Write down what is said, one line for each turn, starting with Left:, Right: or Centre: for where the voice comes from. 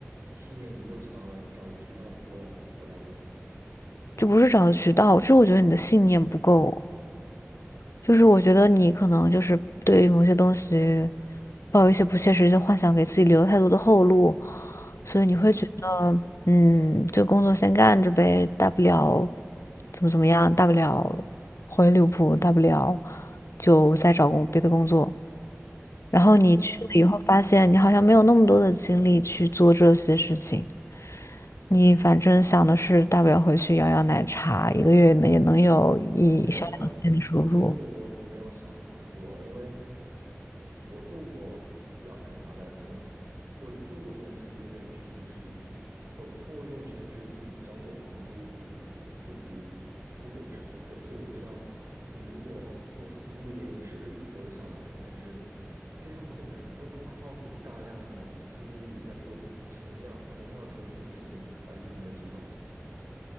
Right: 信念不够强，然后找的渠道不够，我了解。
Left: 就不是找的渠道，就是我觉得你的信念不够，就是我觉得你可能就是对于某些东西抱有一些不切实际的幻想，给自己留了太多的后路，所以你会觉得，
Right: 嗯，
Left: 嗯，这个工作先干着呗，大不了怎么怎么样，大不了回利物浦，大不了就再找工别的工作。然后你去了以后，
Right: 我了解你的意思。
Left: 发现你好像没有那么多的精力去做这些事情。你反正想的是，大不了回去摇摇奶茶，一个月呢也能有一小两千的收入。
Right: 没有哦，这个我可没有想想过，因为我做过摇奶茶的这种，我做过这种服务业的全职，我通过这种全职自己交过房租，自己自己付过我的生活费，所以我知道，你如果做服务业，你是可以活得下来，但是非常困难，然后它会耗费你大量的精力在做同样同样重复的事情，而且对你没有提高。